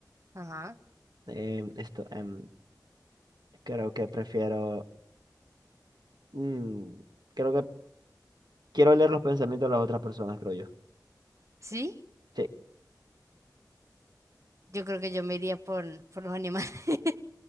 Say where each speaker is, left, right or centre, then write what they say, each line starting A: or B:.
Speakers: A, on the right; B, on the right.
A: Ajá.
B: Em, esto, em, creo que prefiero... mm, creo que Quiero leer los pensamientos de las otras personas, creo yo.
A: ¿Sí?
B: Sí.
A: Yo creo que yo me iría por, por los animales. <laughs>